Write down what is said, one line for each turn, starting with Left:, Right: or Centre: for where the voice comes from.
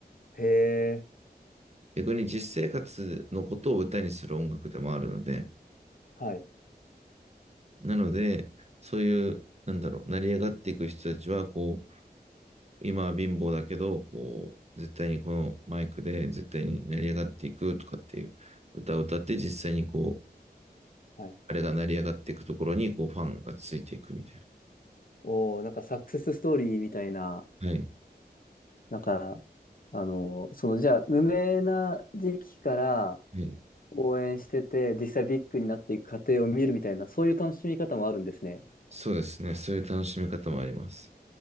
Left: へえ、
Right: 逆に実生活のことを歌にする音楽でもあるので、
Left: はい、
Right: なので、そういう、なんだろう、成り上がっていく人たちは、こう、今は貧乏だけど、こう、絶対にこのマイクで絶対に成り上がっていくとかっていう歌を歌って実際にこう、
Left: はい。
Right: あれが成り上がっていくところにこうファンがついていくみたい
Left: おお、なんかサクセスストーリーみたいな、
Right: な。はい。
Left: なんか、あのその、じゃあ、無名な時期から
Right: はい。
Left: 応援してて、実際ビッグになっていく過程を見るみたいな、そういう楽しみ方もあるんですね。
Right: そうですね。そういう楽しみ方もあります。